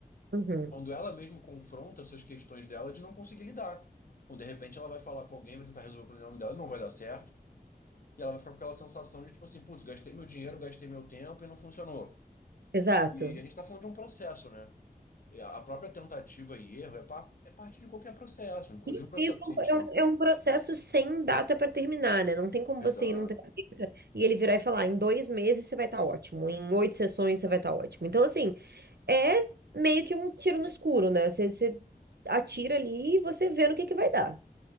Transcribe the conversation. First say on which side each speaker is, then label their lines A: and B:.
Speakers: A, on the right (about 75°); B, on the left (about 60°).
A: Uhum.
B: Quando ela mesmo confronta essas questões dela de não conseguir lidar. Quando de repente ela vai falar com alguém, vai tentar resolver o problema dela, não vai dar certo. E ela vai ficar com aquela sensação de tipo assim, putz, gastei meu dinheiro, gastei meu tempo e não funcionou.
A: Exato.
B: E a gente tá falando de um processo, né? E A a própria tentativa e erro é, pa- é parte de qualquer processo, inclusive
A: E
B: o processo
A: e
B: científico.
A: é um, é um processo sem data para terminar, né? Não tem como
B: Exato.
A: você ir num terapeuta e ele virar e falar, em dois meses você vai estar ótimo, em oito sessões você vai estar ótimo. Então, assim, É meio que um tiro no escuro, né? Você, você atira ali e você vê no que que vai dar.